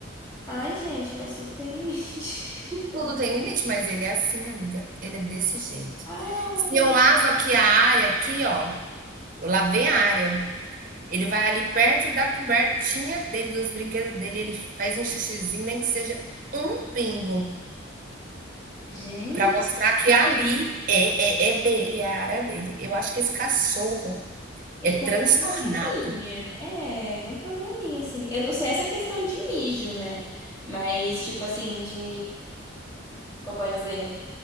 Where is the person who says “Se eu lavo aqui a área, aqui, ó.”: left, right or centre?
Right